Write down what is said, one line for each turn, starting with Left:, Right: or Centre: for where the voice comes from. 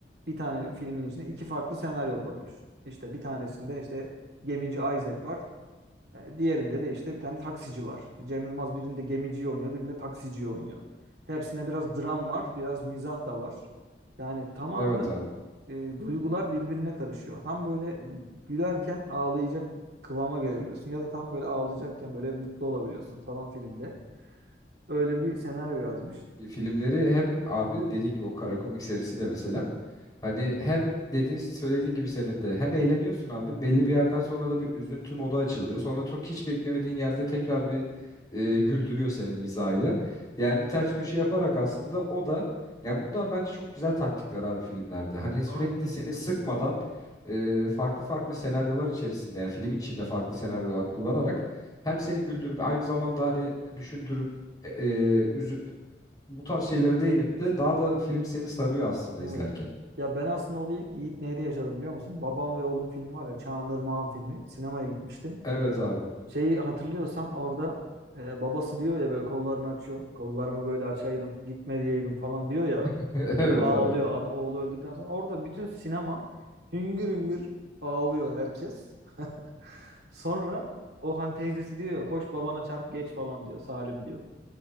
Right: bir tane filmin içine iki farklı senaryo koymuş. İşte bir tanesinde işte gemici Isaac var. E, diğerinde de işte bir tane taksici var. Cem Yılmaz birinde gemiciyi oynuyor, birinde taksiciyi oynuyor. Hepsinde biraz dram var, biraz mizah da var. Yani tamamen
Left: Evet abi.
Right: e, duygular birbirine karışıyor. Tam böyle gülerken ağlayacak kıvama gelebiliyorsun ya da tam böyle ağlayacakken böyle mutlu olabiliyorsun falan filmde. Öyle bir senaryo yazmış.
Left: e, filmleri hem abi dediğin gibi o kara komik serisi de mesela hani hem dediğin söylediğin gibi senin de hem eğleniyorsun abi belli bir yerden sonra da bir üzüntü modu açılıyor. Sonra çok hiç beklemediğin yerde tekrar bir e, güldürüyor seni mizahıyla. Yani ters köşe yaparak aslında o da ya bunlar bence çok güzel taktikler abi filmlerde. Hani sürekli
Right: Aynen
Left: seni
Right: ya.
Left: sıkmadan e, farklı farklı senaryolar içerisinde yani filmin içinde farklı senaryolar kullanarak hem seni güldürüp aynı zamanda hani düşündürüp e, e, üzüp bu tarz şeylere değinip de daha da film seni sarıyor aslında
Right: Evet.
Left: izlerken.
Right: Ya ben aslında onu ilk Yiğit Ney'de yaşadım biliyor musun? Babam ve Oğlum film var ya Çağan Irmak'ın filmi. Sinemaya gitmiştim.
Left: Evet abi.
Right: Şeyi hatırlıyorsan orada e, babası diyor ya böyle kollarını açıyor. Kollarımı böyle açaydım, gitme diyeydim falan diyor ya.
Left: <laughs> Evet
Right: Böyle ağlıyor.
Left: abi.
Right: Ad- oğlu öldükten sonra orada bütün sinema hüngür hüngür ağlıyor herkes. <laughs> Sonra o hani teyzesi diyor ya koş babana çarp geç falan diyor. Salim diyor.